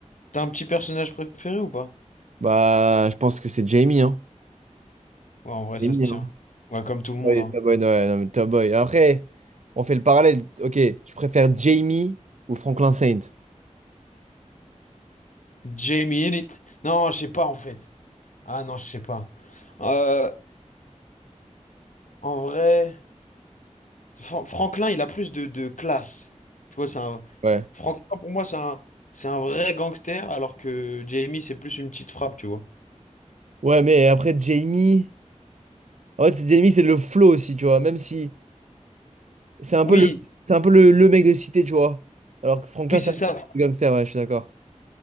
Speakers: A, on the left (about 80°); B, on the right (about 65°).
A: T'as un petit personnage préféré ou pas?
B: Bah, je pense que c'est Jamie, hein.
A: Ouais, en vrai,
B: Jamie,
A: ça se tient.
B: hein.
A: Ouais, comme tout le monde,
B: Ouais,
A: hein.
B: Top Boy, ouais, non, mais Top Boy. Après, on fait le parallèle. Ok, tu préfères Jamie ou Franklin Saint?
A: Jamie in it. Non, je sais pas en fait. Ah non, je sais pas. Euh, en vrai, Fra- Franklin, il a plus de, de classe. Tu vois, c'est un.
B: Ouais.
A: Franklin, pour moi, c'est un, c'est un vrai gangster, alors que Jamie, c'est plus une petite frappe, tu vois.
B: Ouais, mais après Jamie. En fait, c'est- Jamie, c'est le flow aussi, tu vois. Même si c'est un
A: Oui,
B: peu le, c'est un peu le, le mec de cité, tu vois. Alors que Franklin,
A: oui,
B: c'est
A: c'est
B: un
A: ça.
B: gangster, ouais, je suis d'accord.